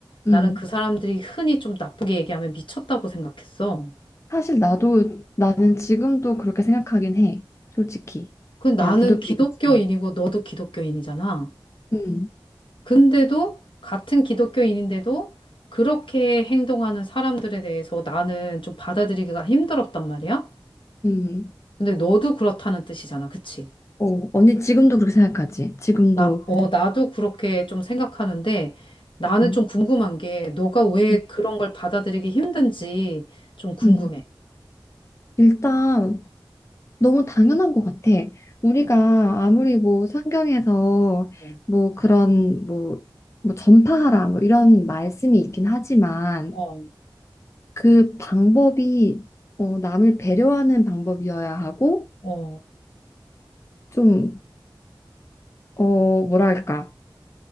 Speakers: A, on the left; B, on the left.
A: 음.
B: 나는 그 사람들이 흔히 좀 나쁘게 얘기하면 미쳤다고 생각했어.
A: 사실 나도, 나는 지금도 그렇게 생각하긴 해. 솔직히.
B: 그 나는
A: 내가 기독교인이지만.
B: 기독교인이고 너도 기독교인이잖아.
A: 음,
B: 근데도 같은 기독교인인데도 그렇게 행동하는 사람들에 대해서 나는 좀 받아들이기가 힘들었단 말이야.
A: 음.
B: 근데 너도 그렇다는 뜻이잖아. 그치?
A: 어, 언니 지금도 그렇게 생각하지? 지금도.
B: 나, 어, 나도 그렇게 좀 생각하는데 나는
A: 음,
B: 좀 궁금한 게 너가 왜
A: 음,
B: 그런 걸 받아들이기 힘든지 좀 궁금해.
A: 음. 일단, 너무 당연한 것 같아. 우리가 아무리 뭐 성경에서
B: 응.
A: 뭐 그런 뭐, 뭐 전파하라 뭐 이런 말씀이 있긴 하지만
B: 어,
A: 그 방법이 어, 남을 배려하는 방법이어야 하고
B: 어.
A: 좀 어, 뭐랄까